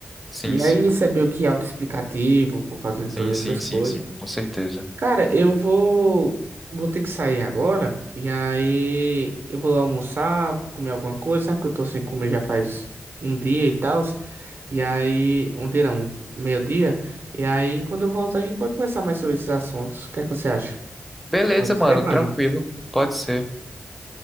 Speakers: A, in the centre; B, on the right.
A: sim,
B: E
A: sim,
B: aí isso é meio que autoexplicativo por causa
A: sim,
B: de todas
A: sim,
B: essas
A: sim,
B: coisas.
A: sim, sim, com certeza.
B: Cara, eu vou vou ter que sair agora e aí eu vou lá almoçar, comer alguma coisa, sabe que eu tô sem comer já faz um dia e tal. E aí, um dia não, meio-dia. E aí, quando eu voltar, a gente pode conversar mais sobre esses assuntos. O que é que você acha?
A: Beleza,
B: Pode
A: mano,
B: ser. mano.
A: tranquilo, pode ser.